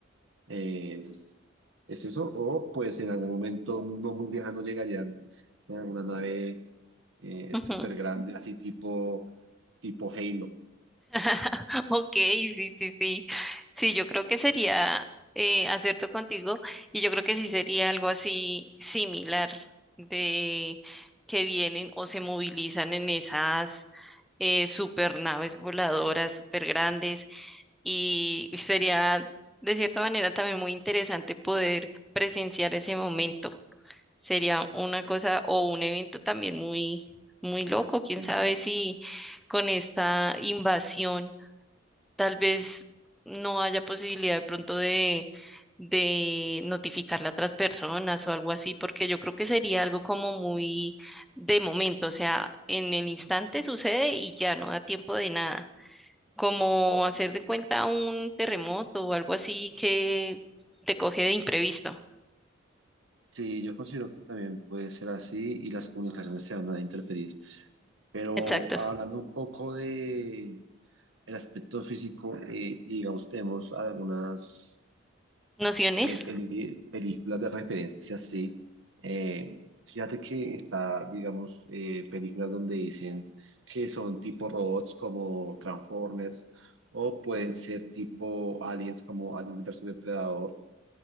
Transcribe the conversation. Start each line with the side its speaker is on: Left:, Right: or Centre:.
Right: eh, entonces, es eso. O pues en algún momento no muy lejano llegarían en alguna nave eh,
Centre: ujú.
Right: súper grande, así tipo, tipo Halo.
Centre: <laughs> Ok, sí, sí, sí. Sí, yo creo que sería eh, acierto contigo y yo creo que sí sería algo así similar de que vienen o se movilizan en esas eh, super naves voladoras super grandes y sería de cierta manera también muy interesante poder presenciar ese momento. Sería una cosa o un evento también muy, muy loco. Quién
Right: Sí.
Centre: sabe si con esta invasión tal vez no haya posibilidad de pronto de, de notificarle a otras personas o algo así, porque yo creo que sería algo como muy de momento, o sea, en el instante sucede y ya no da tiempo de nada. Como hacer de cuenta un terremoto o algo así que te coge de imprevisto.
Right: Sí, yo considero que también puede ser así y las comunicaciones se van a interferir. Pero
Centre: Exacto.
Right: hablando un poco de el aspecto físico, eh, y digamos, tenemos algunas
Centre: ¿Nociones?
Right: Eh, peli- películas de referencia, sí. Eh, fíjate que está, digamos, eh, películas donde dicen que son tipo robots como Transformers, o pueden ser tipo aliens como Alien versus Depredador,